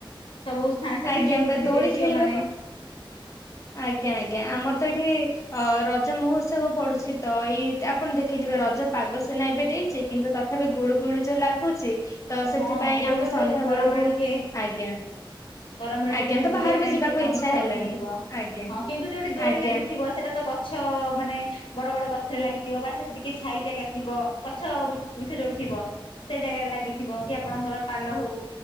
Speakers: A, on the left (about 70°); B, on the left (about 35°).
A: ସବୁ ସା ସେଠି
B: ଆଜ୍ଞା
A: ଯୋଉ ଥିବେ
B: ଦୋଳି
A: ଝିଅ
B: ଖେଳିବାକୁ
A: ମାନେ
B: ଆଜ୍ଞା ଆଜ୍ଞା ଆମରତ ଏଇଠି ଅ ରଜ ମହୋତ୍ସବ ପଡୁଛିତ ଏଇ ଆପଣ ଦେଖିଥିବେ ରଜ ପାଗ ସୀନା ଏବେ ଦେଇଛି କିନ୍ତୁ ତଥାପି ଗୁଳୁ ଗୁଳିୁ ଯୋଉ ଲାଗୁଛି। ତ ସେଥିପାଇଁ
A: ହଁ ଗୁଳୁ
B: ଆମେ
A: ଗୁଳିରେ
B: ସନ୍ଧ୍ୟା
A: ଗରମରେ
B: ବେଳକୁ
A: ଟିକେ
B: ଆଜ୍ଞା।
A: ଗରମରେ
B: ଆଜ୍ଞା
A: ଟିକେ ବି
B: ତ
A: ବୁଲିବା
B: ବାହାରକୁ
A: ପାଇଁ
B: ଯିବାକୁ
A: ଟିକେ କମ ଇଚ୍ଛା
B: ହେଲାନି
A: ହଉଥିବ
B: ଆଜ୍ଞା
A: ହଁ କିନ୍ତୁ ଯୋଉଠି ଦୋଳି
B: ଆଜ୍ଞା
A: ଲାଗିଥିବ। ପଛରେ ତ ଗଛ ମାନେ ବଡ ବଡ ଗଛରେ ଲାଗିଥିବ ବା ସେଠି ଟିକେ ଛାଇ ଜାଗା ଥିବ ଗଛ ବୃକ୍ଷ ଯୋଉଠିଥିବ। ସେ ଜାଗାରେ ଲାଗିଥିବ କି ଆପଣଙ୍କର ପାଲ ହଉ